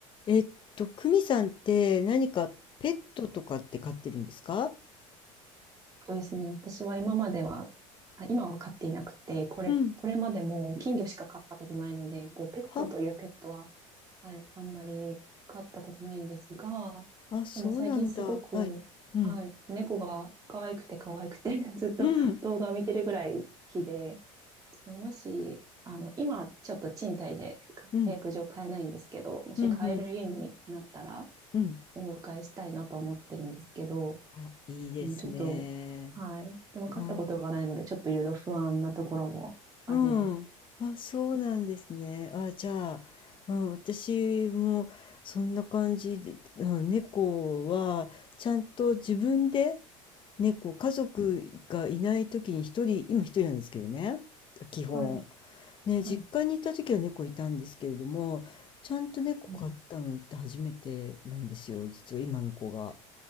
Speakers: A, on the left; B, on the right.
A: えっと、クミさんって何かペットとかって飼ってるんですか
B: そうですね。私は今までは、あ、今は飼っていなくて、これ、
A: うん、
B: これまでも金魚しか飼ったことないので、こう、ペットというペットは、
A: は、
B: はい、あんまり飼ったことないんですが、
A: あ、そうなんだ。
B: でも最近すごく、
A: はい。うん。
B: はい、猫が可愛くて可愛くて <laughs> ずっと動画を見てるぐらい好きで、
A: うん。
B: そのもし、あの、今ちょっと賃貸で契約上買えないんですけど、
A: うん。
B: もし買える家になったら
A: うん。うん。うん。
B: お迎えしたいなと思ってるんですけど、
A: あ、いいですね。
B: うん、ちょっと、はい。でも勝ったことがないので、
A: は、
B: ちょっといろいろ不安なところもあります。
A: うん。あ、そうなんですね。あ、じゃあ、うん、私もそんな感じで、うん、猫はちゃんと自分で猫、家族がいない時に一人、今一人なんですけどね、基本。
B: はい、
A: ね、
B: はい。
A: 実家に行った時は猫いたんですけれども、ちゃんと猫飼ったのって初めてなんですよ、
B: うん、
A: 実は今の子が。